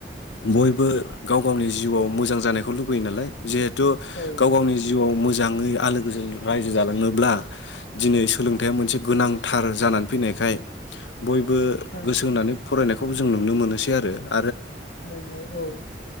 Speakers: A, on the left (about 80°); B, on the left (about 75°).
A: बयबो गाव गावनि जिउआव मोजां जानायखौ लुबैयो नालाय जे टु
B: औ
A: गाव गावनि जिउआव मोज जाङै आलो गोजोन रायजो जालांनोब्ला दिनै सोलोंथाइया मोनसे गोनांथार जानानै फैनायखाय बयबो
B: ओं
A: गोसो होनानै फरायनायखौ जों नुनो मोनोसै आरो
B: नोंगौ औ